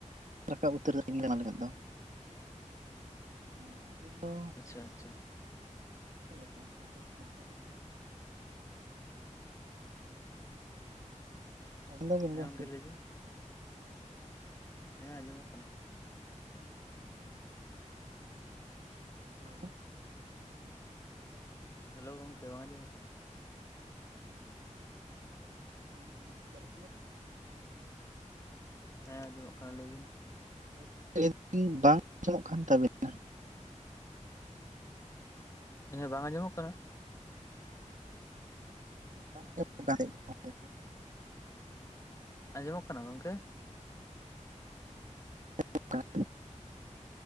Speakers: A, on the right; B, on the left.
A: ᱨᱟᱠᱟᱵ <unintelligible> ᱡᱟᱦᱟᱸ ᱞᱮᱠᱟ ᱫᱚ᱾ <inaudible> ᱟᱨ ᱟᱹᱵᱤᱱ ᱫᱚ?
B: ᱟᱪᱪᱷᱟᱼᱟᱪᱪᱷᱟ᱾
A: ᱪᱮᱫ ᱞᱮᱠᱟ ᱚᱱᱛᱮ ᱪᱟᱥ-ᱵᱟᱥ ᱠᱚᱫᱚ? ᱟᱸᱡᱚᱢ ᱫᱟᱵᱤᱱ
B: ᱦᱮᱸ
A: ᱜᱚᱢᱠᱮ?
B: ᱜᱚᱝᱠᱮ ᱞᱟᱹᱭ ᱵᱤᱱ ᱦᱮᱸ ᱟᱸᱡᱚᱢᱚᱜ ᱠᱟᱱᱟ᱾
A: ᱦᱮᱞᱳᱻ
B: ᱦᱮᱞᱳ ᱜᱚᱢᱠᱮ ᱵᱟᱝ ᱟᱸᱡᱚᱢᱚᱜ ᱠᱟᱱᱟ?
A: ᱦᱮᱸ <unintelligible>
B: ᱦᱮᱸ ᱟᱸᱡᱚᱢᱚᱜ ᱠᱟᱱᱟ ᱞᱟᱹᱭ ᱵᱤᱱ᱾
A: ᱜᱚᱢᱠᱮ ᱞᱟᱹᱭ ᱫᱟᱞᱤᱧ ᱵᱟᱝ ᱟᱸᱡᱚᱢᱚᱜ ᱠᱟᱱ ᱛᱟᱵᱤᱱᱟ᱾
B: ᱦᱮᱸ ᱵᱟᱝ ᱟᱸᱡᱚᱢᱚᱜ ᱠᱟᱱᱟ?
A: <unintelligible>
B: ᱟᱸᱡᱚᱢᱚᱜ ᱠᱟᱱᱟ ᱜᱚᱝᱠᱮ?
A: <unintelligible>